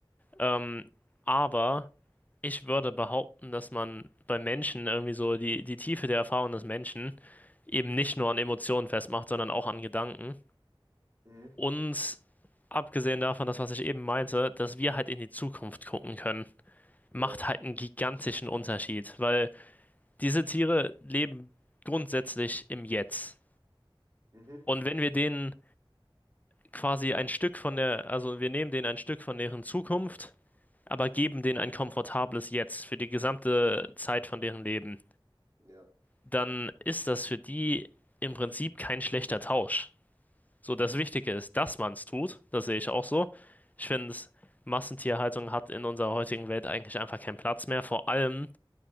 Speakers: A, on the left (about 15°); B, on the right (about 35°).
A: Ähm, aber ich würde behaupten, dass man bei Menschen irgendwie so die, die Tiefe der Erfahrung des Menschen eben nicht nur an Emotionen festmacht, sondern auch an Gedanken.
B: mhm.
A: Und abgesehen davon, das, was ich eben meinte, dass wir halt in die Zukunft gucken können,
B: Ja,
A: macht halt einen gigantischen Unterschied, weil diese Tiere leben grundsätzlich im Jetzt.
B: mhm.
A: Und wenn wir denen quasi ein Stück von der, also wir nehmen denen ein Stück von deren Zukunft, aber geben denen ein komfortables Jetzt für die gesamte Zeit von deren Leben,
B: Ja,
A: dann ist das für die im Prinzip kein schlechter Tausch. So, das Wichtige ist, dass man es tut. Das sehe ich auch so. Ich finde, Massentierhaltung hat in unserer heutigen Welt eigentlich einfach keinen Platz mehr. Vor allem,